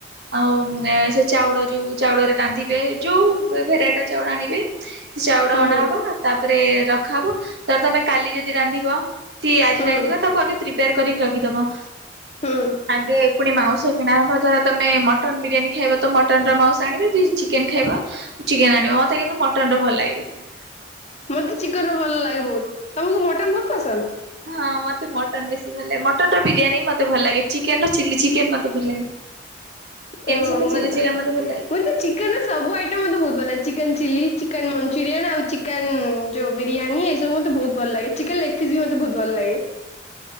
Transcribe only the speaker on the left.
ହୁଁ
ହୁଁ
ହୁଁ।
ମତେ ଚିକେନ ର ଭଲ ଲାଗେ ବହୁତ ତମକୁ ମଟନ ବହୁତ ପସନ୍ଦ।
ଅ
ମତ୍
ମୁତ ଚି ଚିକେନ ର ସବୁ ଆଇଟମ୍ ମୋତେ ବହୁତ ଭଲ ଲାଗେ ଚିକେନ୍ ଚିଲି ଚିକେନ୍ ମଞ୍ଚୁରିୟନ୍ ଆଉ ଚିକେନ୍ ଯଉ ବିରିୟାନୀ ଏ ସ ବୁ ମତେ ବହୁତ ଭଲ ଲାଗେ ଚିକେନ ଲେଗ ଫିସ ବି ମତେ ବହୁତ ଭଲ ଲାଗେ।